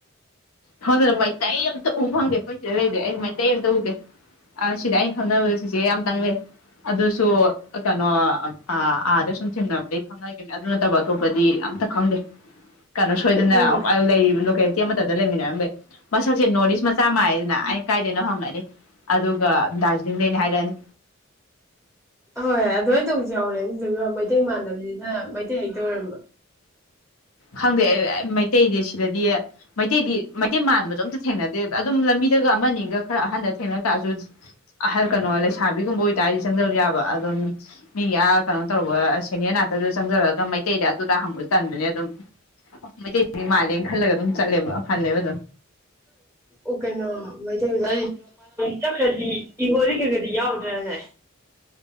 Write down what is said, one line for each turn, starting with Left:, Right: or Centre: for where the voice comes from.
Left: ꯁꯣꯝꯗꯅ ꯃꯩꯇꯩ ꯑꯃꯇ ꯎ ꯐꯪꯗꯦ ꯑꯩꯈꯣꯏ ꯁꯤꯗ ꯂꯩꯁꯦ ꯑꯩ ꯃꯩꯇꯩ ꯑꯃꯇ ꯎꯗꯦ ꯁꯤꯗ ꯑꯩꯅ ꯈꯪꯅꯕ ꯆꯤꯆꯦ ꯑꯃꯇꯪ ꯂꯩ ꯑꯗꯨꯁꯨ ꯀꯩꯅꯣ ꯑꯥꯗ ꯁꯨꯝ ꯊꯦꯡꯅꯕꯗꯤ ꯈꯪꯅꯈꯤꯕꯅꯤ ꯑꯗꯨ ꯅꯠꯇꯕ ꯑꯇꯣꯞꯄꯗꯤ ꯑꯇ ꯈꯪꯗꯦ ꯀꯩꯅꯣ ꯁꯣꯏꯗꯅ
Centre: ꯎꯝ
Left: ꯂꯩ ꯂꯣꯀꯦꯜ ꯑꯃꯇꯥꯗ ꯂꯩꯃꯤꯟꯅ ꯃꯁꯛꯁꯦ ꯅꯣꯔꯠ ꯏꯁ ꯃꯆꯥ ꯃꯗꯅ ꯑ ꯀꯥꯏꯗꯅꯣ ꯍꯪꯉꯅꯤ ꯑꯗꯨꯒ ꯗꯥꯔꯖꯤꯂꯤꯡꯗꯅꯤ ꯍꯥꯏꯔꯛꯑꯅꯤ
Centre: ꯍꯣꯏ ꯍꯣꯏ ꯑꯗꯨꯃꯥꯏꯅ ꯇꯧꯁꯨ ꯌꯥꯎꯔꯦ ꯑꯗꯨꯗꯨꯒ ꯃꯩꯇꯩ ꯃꯥꯟꯗꯝꯁꯤꯅ ꯃꯩꯇꯩ ꯂꯩꯇ ꯑꯣꯏꯔꯝꯕ
Left: ꯈꯪꯗꯦ ꯑꯦ ꯃꯩꯇꯩꯗꯤ ꯁꯤꯗꯗꯤ ꯃꯩꯇꯩꯗꯤ ꯃꯩꯇꯩ ꯃꯥꯟꯕꯗꯣ ꯑꯝꯇ ꯊꯦꯡꯅꯗꯦ ꯑꯗꯨꯝ ꯂꯝꯕꯤꯗꯒ ꯑꯃꯅꯤꯒ ꯈꯔ ꯑꯍꯟꯗ ꯊꯦꯡꯅ ꯇꯛꯑꯁꯨ ꯑꯍꯜ ꯀꯩꯅꯣ ꯂꯩꯁꯥꯕꯤꯒꯨꯝꯕ ꯑꯣꯏꯇꯥꯔꯗꯤ ꯆꯪꯖꯕ ꯌꯥꯕ ꯑꯗꯨꯝ ꯃꯤꯒꯤ ꯑꯥ ꯀꯩꯅꯣ ꯇꯧꯕ ꯁꯦꯅꯤꯌꯔ ꯅꯥꯇꯗꯨꯗ ꯆꯪꯖꯜꯂꯒ ꯃꯩꯇꯩꯗ ꯑꯗꯨꯗ ꯍꯪꯕꯁꯨ ꯇꯟꯕꯅꯦ ꯑꯗꯨꯝ ꯃꯩꯇꯩꯁꯤꯗꯤ ꯃꯥꯜꯂꯦꯅ ꯈꯜꯂꯒ ꯑꯗꯨꯝ ꯆꯠꯂꯦꯕ ꯍꯜꯂꯦꯕ ꯑꯗꯨꯝ
Centre: ꯑ ꯀꯩꯅꯣ ꯃꯩꯇꯩ ꯃꯖꯥ ꯃ ꯆꯠꯈ꯭ꯔꯗꯤ ꯏꯒꯣꯗꯤ ꯈꯔ ꯈꯗꯤ ꯌꯥꯎꯗ꯭ꯔꯅ